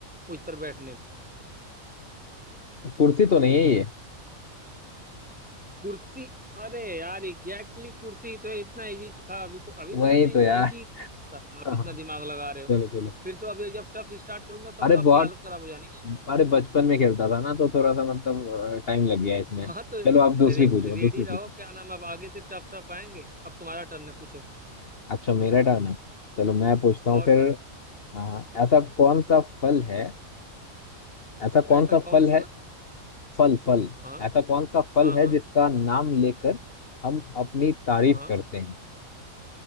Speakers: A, in the centre; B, on the left.
A: मुझ पर बैठने पे
B: कुर्सी तो नहीं है ये
A: कुर्सी अरे यार एग्जैक्टली exactly, कुर्सी तो इतना इजी था अभी तो अभी
B: वही
A: तो मैंने
B: तो यार
A: इजी पूछा आप
B: हाँ,
A: इतना दिमाग लगा रहे हो
B: चलो चलो
A: फिर तो अभी जब टफ स्टार्ट करूंगा तब
B: अरे
A: तो आपकी
B: बहुत
A: हालत खराब हो जानी है
B: अरे बचपन में खेलता था ना तो थोड़ा सा मतलब टाइम लग गया इसमें
A: हाँ तो
B: चलो आप दूसरी
A: रे,
B: पूछो
A: रेडी
B: दूसरी
A: रहो
B: पूछो
A: क्या नाम अब आगे से टफ टफ आएंगे अब तुम्हारा टर्न है पूछो
B: अच्छा मेरा टर्न है चलो मैं पूछता हूँ
A: और
B: फिर
A: क्या
B: हाँ हाँ। ऐसा कौन सा फल है ऐसा कौन
A: ऐसा
B: सा
A: कौन
B: फल है
A: सा
B: फल फल
A: हाँ
B: ऐसा कौन सा फल
A: हाँ
B: है
A: हाँ
B: जिसका नाम लेकर हम अपनी तारीफ
A: हाँ
B: करते हैं